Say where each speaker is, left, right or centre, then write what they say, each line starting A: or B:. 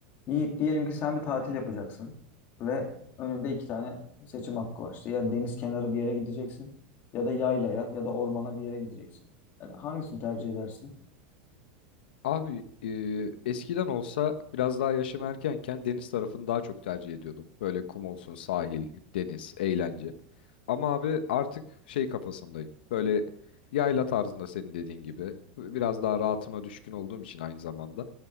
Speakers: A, on the left; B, on the left.
A: Yiğit diyelim ki sen bir tatil yapacaksın ve önünde iki tane seçim hakkı var. İşte ya deniz kenarı bir yere gideceksin ya da yaylaya ya da ormana bir yere gideceksin. Yani hangisini tercih edersin?
B: Abi e, eskiden olsa biraz daha yaşım erkenken deniz tarafını daha çok tercih ediyordum. Böyle kum olsun, sahil, deniz, eğlence. Ama abi artık şey kafasındayım. Böyle yayla tarzında senin dediğin gibi. Biraz daha rahatıma düşkün olduğum için aynı zamanda.